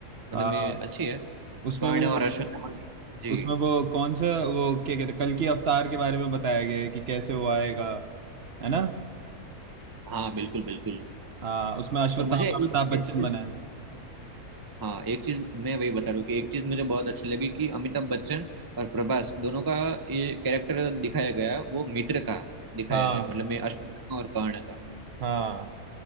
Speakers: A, on the right (about 30°); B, on the right (about 50°).
A: मतलब
B: हाँ
A: में अच्छी है
B: उसमें
A: कर्ण
B: वो
A: और अश्वत्थामा की जी
B: उसमें वो कौन सा वो क्या कहते हैं कल की अवतार के बारे में बताया गया है कि कैसे वो आएगा है ना
A: हाँ बिल्कुल बिल्कुल
B: हाँ उसमें अश्वत्थामा
A: और मुझे एक
B: अमिताभ
A: एक
B: बच्चन
A: चीज
B: बना है
A: हाँ एक चीज मैं वही बता रहा हूँ कि एक चीज मुझे बहुत अच्छी लगी कि अमिताभ बच्चन और प्रभास दोनों का ये कैरेक्टर दिखाया गया वो मित्र का दिखाया
B: हाँ
A: गया मतलब मैं अशोक का और कर्ण का
B: हाँ